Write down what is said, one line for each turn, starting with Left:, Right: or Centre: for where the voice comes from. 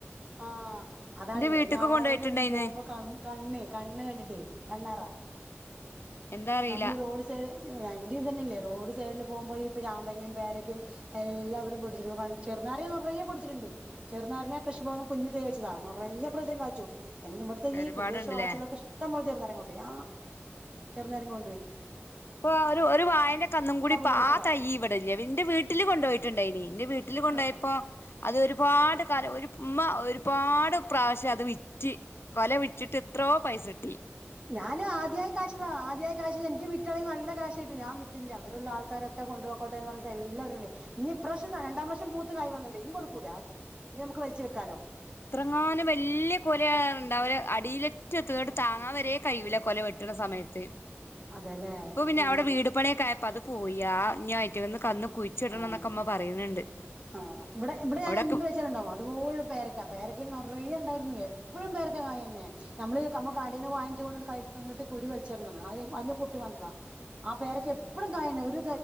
Right: ആഹ് അതാണ്
Left: എന്റെ വീട്ട്ക്ക്
Right: എല്ലാവരും
Left: കൊണ്ടോയിട്ടുണ്ടായിന്ന്
Right: അങ്ങനെ പോകുമ്പോ കണ് കണ്ണേ കണ്ണ് കണ്ടിട്ടേ കണ്ണാറാ
Left: എന്താ അറിയില്ല
Right: നമ്മള് ഈ റോഡ് സൈഡ് വണ്ടി ഇത് തന്നെല്ലേ റോഡ് സൈഡിൽ പോകുമ്പോ പോയി ഇപ്പ ചാമ്പങ്ങയും പേരക്കും എല്ലാവരും പൊടിച്ചി പോകും ചെറുനാരങ്ങ നറയെ പൊച്ചിട്ടു ചെറുാരങ്ങാ കൃഷി പോകന്ന് കുഞ്ഞ് തൈ വച്ചതാ നിറയെ പ്രാവശ്യം കായ്ച്ചു എന്ന് ഇവിടുത്തെ ഈ
Left: ഒരുപാടുണ്ട്ല്ലേ
Right: പ്രദേശവാസികളൊക്കെ ഇഷ്ടം പോലെ ചെറുനാരങ്ങ കൊണ്ട് പോയി ചെറുനാരങ്ങ കൊണ്ടുപോയി
Left: അപ്പൊ ഒരു വായന്റെ കന്നും കൂടി ഇപ്പൊ
Right: വീണ് കെടക്ക്ണ്ടാവും
Left: ആ തൈ ഇവിടെ ഇല്ല എന്റെ വീട്ടില് കൊണ്ടുപോയിട്ടുണ്ടായിനി എന്റെ വീട്ടില് ണ്ടപ്പോ
Right: ആഹ്
Left: അത് ഒരുപാട് കാലം ഒരു ഉമ്മ ഒരുപാട് പ്രാവശ്യം അത് വിറ്റ് കൊല വിറ്റിട്ട് എത്രയോ പൈസ സകിട്ടി
Right: ഞാന് ആദ്യായി കാശ്താ ആദ്യായി കാശ് എന്ക്ക് വിറ്റാണെങ്കി നല്ല കാശ് കിട്ടും ഞാൻ വിറ്റില്ല ഇവിടൊള്ള ആൾക്കാരൊക്കെ കൊണ്ട്പൊക്കോട്ടേന്ന് പറഞ്ഞിട്ട് എല്ലാവരും കൊണ്ടോയി. ഇഞിപ്രാശ്യം രണ്ടാം പ്രാശ്യം പൂത്ത് കായ് വന്നിണ്ട് ഇനി കൊടുക്കൂല ആർക്കും ഞി നമുക്ക് വലിച്ച് വെക്കാലൊ
Left: ഇത്രങ്ങാനും വല്യ കൊലയാണ്ടാവല്. അടീലെറ്റെത്തും ഇന്ന്ട്ട് താങ്ങാ വരേ കയ്യൂല കൊല വെട്ട്ണ സമയത്ത്
Right: അതെല്ലേ
Left: ഇപ്പൊ പിന്നെ
Right: ആ
Left: അവ്ടെ വീട് പണിയൊക്കായപ്പത് പോയി. ആഹ് ഞയിട്ടത് ന്ന്. കന്ന് കുഴിച്ചിടണം
Right: ആഹ്.
Left: എന്നൊക്കെ ഉമ്മ പറയുന്നുണ്ട്
Right: ആഹ്. ഇവടെ ഇവടെ ഞാനെന്ത്
Left: അവിടൊക്കെ
Right: വെച്ചാലണ്ടാവും അതുപോലെ പേരക്ക പേരക്കീല് നെറയെണ്ടായിര്ന്ന്. എപ്പഴും പേരക്ക കായന്നെ. നമ്മള് കടയിന്ന് വാങ്ങിച്ച് കൊണ്ടന്ന് കഴിച്ച തിന്ന്ട്ട് കുരു വലിച്ചെർന്ന അയെ അതിന്ന് പൊട്ടി വന്നത ആഹ് പേരക്ക എപ്പളും കായന്നെ ഒര്